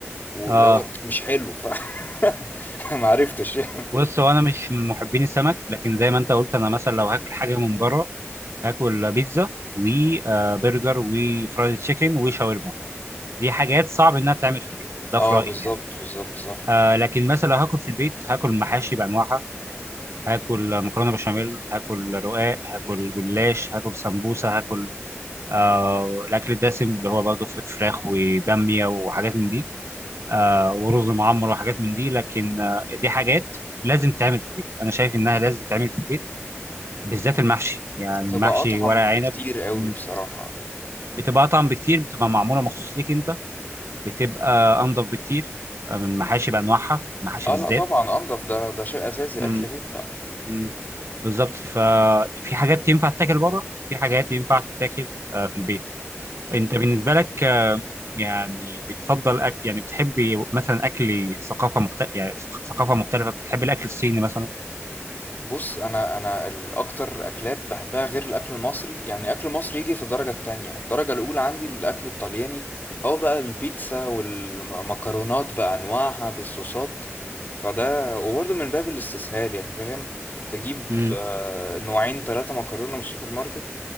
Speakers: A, on the left (about 40°); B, on the right (about 65°).
A: واللي
B: اه
A: هو مش حلو ف <laughs> ما عرفتش يعني
B: بص هو انا مش من محبين السمك لكن زي ما انت قلت انا مثلا لو هاكل حاجه من بره هاكل بيتزا وبرجر وفرايد تشيكن وشاورما دي حاجات صعب انها تعمل في البيت ده
A: اه
B: في رايي
A: بالظبط
B: يعني
A: بالظبط صح
B: آه لكن مثلا هاكل في البيت هاكل محاشي بانواعها هاكل مكرونه بشاميل هاكل رقاق هاكل جلاش هاكل سمبوسه هاكل آه الاكل الدسم اللي هو برضه ف- فراخ وباميه وحاجات من دي آه ورز معمر وحاجات من دي لكن آه دي حاجات لازم تعمل في البيت انا شايف انها لازم تعمل في البيت بالذات المحشي يعني
A: تبقى
B: المحشي
A: اطعم
B: ورق عنب
A: بكتير قوي
B: م،
A: بصراحه
B: بتبقى اطعم بكتير بتبقى معموله مخصوص ليك انت بتبقى انضف بكتير آه، من المحاشي بانواعها المحاشي
A: اه
B: بالذات
A: لا طبعا انضف ده ده شيء اساسي
B: م،
A: اكل بيت بقى
B: م. بالظبط ففي حاجات ينفع تتاكل بره في حاجات ينفع تتاكل آه، في البيت انت بالنسبه لك آه، يعني بتفضل أكل يعني بتحبي مثلا اكل ثقافه مختلفه يعني ثقافه مختلفه بتحبي الاكل الصيني مثلا
A: بص انا انا الاكتر اكلات بحبها غير الاكل المصري يعني اكل مصري يجي في الدرجه التانية الدرجه الاولى عندي الاكل الطلياني هو بقى البيتزا والمكرونات بانواعها بالصوصات فده وبرضه من باب الاستسهال يعني فاهم تجيب
B: امم
A: آه، نوعين ثلاثه مكرونه من السوبر ماركت